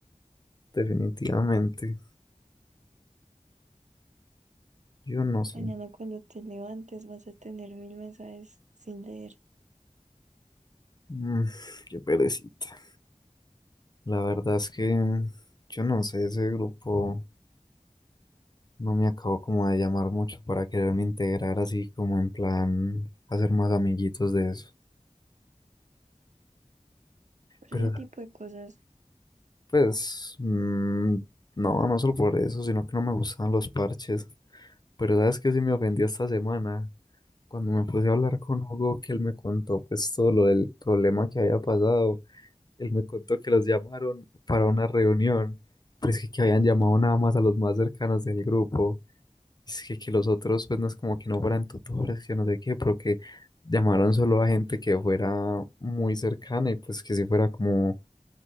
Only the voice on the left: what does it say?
definitivamente, yo no sé.
Mm, qué perecita. La verdad es que yo no sé, ese grupo no me acabó como de llamar mucho para quererme integrar así como en plan hacer más amiguitos de eso.
Pero
pues mm, no, no solo por eso, sino que no me gustaban los parches. Pero sabes que sí me ofendí esta semana cuando me puse a hablar con Hugo que él me contó pues todo lo del problema que había pasado. Él me contó que los llamaron para una reunión, pero es que, que habían llamado nada más a los más cercanos del grupo. Es que, que los otros, pues no es como que no fueran tutores, que no sé qué, pero que llamaron solo a gente que fuera muy cercana y pues que si fuera como